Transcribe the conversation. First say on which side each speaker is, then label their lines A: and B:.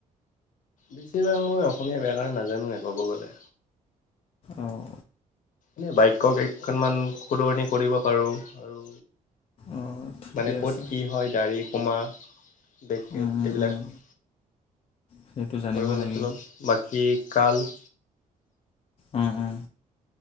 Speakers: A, on the left; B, on the left.
A: বেছিভাগ মই অসমীয়া বেয়াকৰণ নাজানোৱে ক'ব গ'লে
B: আহ
A: এনে বাক্য কেইখনমান শুধৰণি কৰিব পাৰো আৰু
B: অঁ ঠিকে
A: মানে ক'ত
B: আছে।
A: কি হয় দাঢ়িখ কমাৰ বে
B: উম
A: এইবিলাকো
B: উম উম সেইটো জানিবই
A: অলপ
B: লাগিব
A: অলপ বাকী কাল <inaudible>
B: উম উম